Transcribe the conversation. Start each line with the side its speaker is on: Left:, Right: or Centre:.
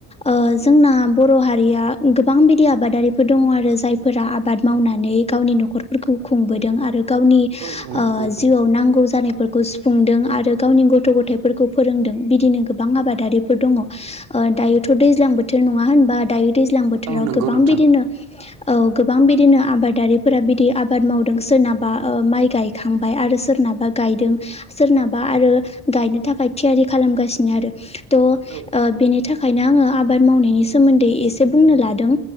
Left: ओ जोंना बर' हारिया गोबां बिदि आबादारिफोर दंङ आरो जाय फोरा आबाद मावनानै गावनि नख'र फोरखौ खुंबोदों आरो गावनि ओ
Right: औ औ नंगौ
Left: जिउआव नांगौ जानाय फोरखौ सुफुंदों आरो गावनि गथ' गथथायफोरखौ फोरोंदों बिदिनो गोबां आबाद दारिफोर दंङ दायोथ' दैजां बोथोर नंङा होनबा दायो दैज्लां बोथोराव
Right: औ नंगौ
Left: गोबां
Right: नोंथां
Left: बिदिनो औ गोबां बिदिनो आबादारिफोरा बिदि आबाद मावदों सोरनाबा ओ माइ गायखांबाय आरो सोर नाबा गायदों सोरनाबा आरो गायनो थाखाय थियारि खालामगासिनो आरो थ'ओ
Right: औ
Left: बिनि थाखाय ओंखायनो आंङो आबाद मावनायनि सोमोन्दै एसे बुंनो लादों